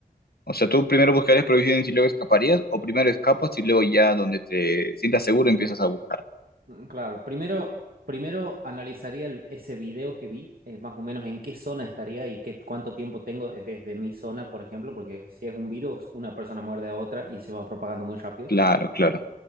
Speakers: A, on the left; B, on the right.
A: O sea, tú primero buscarías provisiones y luego escaparías, o primero escapas y luego ya donde te sientas seguro empiezas a buscar.
B: Mm, Claro, primero, primero analizaría el- ese video que vi, eh, más o menos en qué zona estaría y qué, cuánto tiempo tengo desde mi zona, por ejemplo, porque si es un virus, una persona muerde a otra y se va propagando muy rápido.
A: Claro, claro.